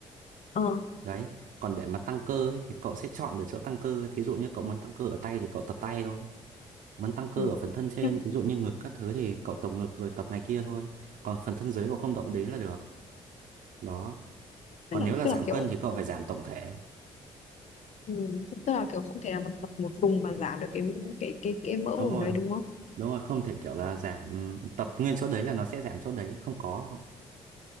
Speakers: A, on the left; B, on the right.
A: ờ,
B: đấy còn để mà tăng cơ ấy, thì cậu sẽ chọn được chỗ tăng cơ thí dụ như cậu muốn tăng cơ ở tay thì cậu tập tay thôi muốn tăng cơ
A: Ừ.
B: ở phần thân trên
A: nhưng
B: thí dụ như ngực các thứ thì cậu tập ngực rồi tập này kia thôi còn phần thân dưới cậu không động đến là được đó
A: tức
B: còn
A: là
B: nếu là
A: tức
B: giảm
A: là kiểu
B: cân thì cậu phải giảm tổng thể
A: ừ, tức là kiểu không thể nào mà tập một vùng mà giảm được cái cái cái cái mỡ
B: đúng
A: vùng
B: rồi
A: đấy đúng không
B: đúng rồi không thể kiểu là giảm tập nguyên chỗ đấy là nó sẽ giảm chỗ đấy không có